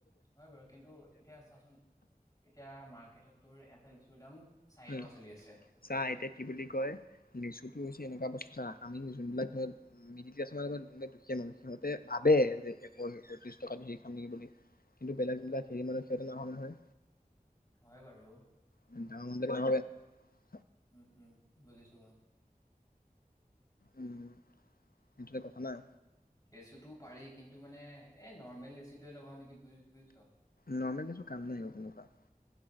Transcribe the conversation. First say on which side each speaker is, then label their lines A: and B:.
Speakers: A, on the left; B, on the left.
A: হয় বাৰু কিন্তু এতিয়া চাচোন এতিয়া মাৰ্কেটত তোৰ খাই লিছুৰ দাম চাৰি
B: উম,
A: টকা চলি আছে
B: চা এতিয়া কি বুলি কয় লিচুটো হৈছে এনেকুৱা বস্তু চা আমি যোনবিলাক ধৰ মিডিল ক্লাছ মান যোনবিলাক দুখীয়া মানুহ সিহঁতে ভাবে যে একশয়ত্ৰিশ টকা ধৰি খাম নেকি বুলি। কিন্তু
A: উম
B: বেলেগিলাক হেৰি মানুে সেইটো নহয় নহয়
A: হয় বাৰু
B: এে
A: উম উম বুজিছো হয়াই
B: উম সটো কথা নাই
A: লেচুটোও পাৰি কিন্তু মানে এই নৰ্মেল লেচুটোৱে লগাওঁ নেকি বু বুজিছ
B: নৰ্মছো কাম নাইিব তেনেকুৱা